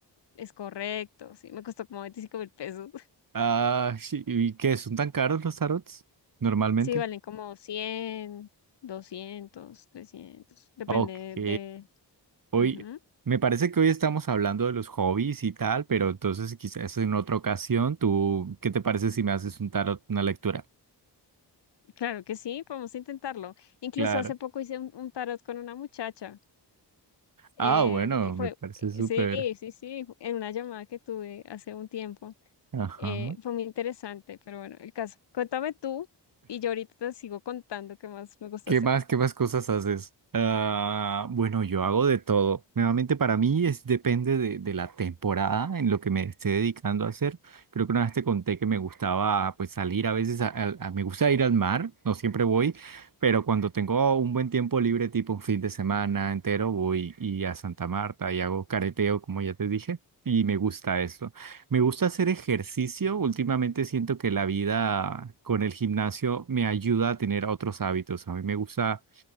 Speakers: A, on the left (about 70°); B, on the right (about 50°).
A: Es correcto, sí, me costó como veinticinco mil pesos. <laughs>
B: Ah, sí, ¿y qué? ¿Son tan caros los tarots? Normalmente.
A: Sí, valen como cien doscientos trescientos depende
B: Ok.
A: de...
B: Hoy,
A: Ujú,
B: me parece que hoy estamos hablando de los hobbies y tal, pero entonces quizás en otra ocasión, tú, ¿qué te parece si me haces un tarot, una lectura?
A: Claro que sí, podemos intentarlo. Incluso
B: Claro.
A: hace poco hice un, un tarot con una muchacha. eh,
B: Ah, bueno,
A: y fue,
B: me parece
A: eh,
B: súper.
A: sí, sí, sí, en una llamada que tuve hace un tiempo.
B: Ajá.
A: eh, fue muy interesante, pero bueno, el caso. Cuéntame tú y yo ahorita te sigo contando qué más me gusta
B: ¿Qué
A: hacer.
B: más, qué más cosas haces? Ah, bueno, yo hago de todo. Nuevamente para mí es depende de, de la temporada en lo que me esté dedicando a hacer. Creo que una vez te conté que me gustaba pues salir a veces, a- al- a- me gusta ir al mar, no siempre voy, pero cuando tengo un buen tiempo libre, tipo un fin de semana entero, voy y a Santa Marta y hago careteo, como ya te dije, y me gusta eso. Me gusta hacer ejercicio. Últimamente siento que la vida con el gimnasio me ayuda a tener otros hábitos. A mí me gusta,